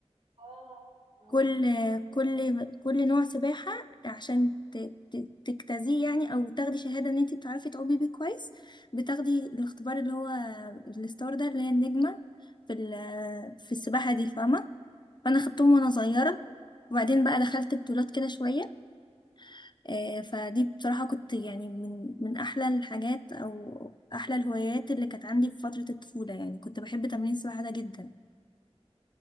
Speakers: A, on the right; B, on the left.
A: اه اه
B: كل كل كل نوع سباحة عشان ت- ت- تجتازيه يعني او تاخدي شهادة ان انت بتعرفي تعومي بيه كويس بتاخدي الاختبار اللي هو الستار ده اللي هي النجمة في ال- في السباحة دي فاهمة فانا خدتهم وانا صغيرة
A: اه
B: وبعدين بقى دخلت بطولات كده شوية آه، فدي بصراحة كنت يعني من من أحلى الحاجات أو أحلى الهوايات اللي كانت عندي في فترة الطفولة يعني كنت بحب تمرين السباحة ده جدا